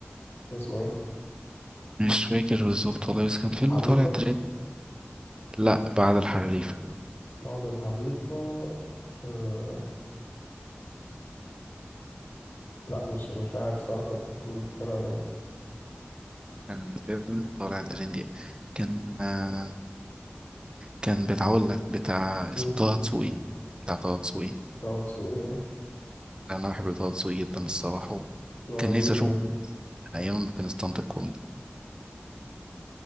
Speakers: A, on the left; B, on the right.
A: اسمه إيه؟
B: مش فاكر بالظبط والله بس كان فيلم
A: حريفة
B: طالع ترند لا بعد الحريف
A: بعض الحريفة آه لا مش مش عارف صراحة أنت ممكن تكون بتتكلم عن إيه
B: كان فيلم طالع ترند يعني. كان آه، كان بتاع- اقول لك بتاع
A: مم،
B: اسمه طه دسوقي بتاع طه دسوقي
A: طه دسوقي آه،
B: انا بحب طه دسوقي جدا الصراحه
A: هو
B: كان
A: لذيذ
B: نفسي اشوفه
A: آه
B: من ايام ما كان ستاند اب كوميدي